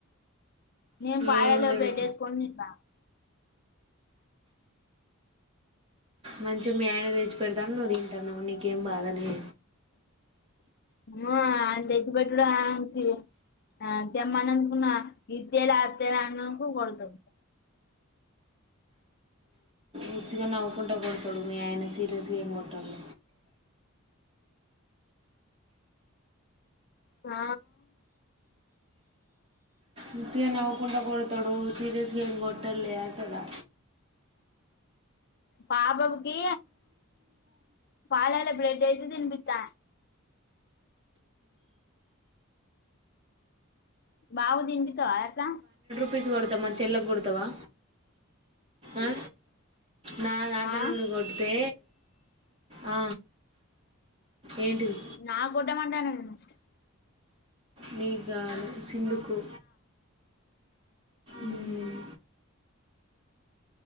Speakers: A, on the left (about 50°); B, on the right (about 25°).
A: నేను పాలలో
B: ఏం లేదు
A: బ్రెడ్డుస్కొని తింటానా
B: మంచి మీ ఆయన తెచ్చి పెడతాడు ను్వు తింటానువు నీకేం బాధనే
A: ఆ అ తెచ్చిబేతుడు తెమ్మనకున్నా ఇ తేల అ తేల అన్నకు కొడతాడు
B: వత్తిగా నవ్వుకుంటూ కొడతాడు మీ ఆయన సీరియస్గా ఏం కొట్టాడు
A: ఆ
B: ముతగా నవ్వుకుంట కొడతాడు సీరియస్గా ఏం కోటర్లే అంటూనా
A: పా బాబుకి పాలాల బ్రెడ్ ఏసి తినిపి స్తనా బాబు కి తినిపిస్తావా అట్లా
B: ప్లీజ్ కొడతా మా చెల్లెకు కొడతావా ఆ నా దాంట్లో
A: ఆ
B: నుండి కొడితే ఆ ఏంటిది
A: నా గోడ్డం మంటావేంది
B: నీ గాదు సింధుకు ఉమ్,
A: మ్మ్ హు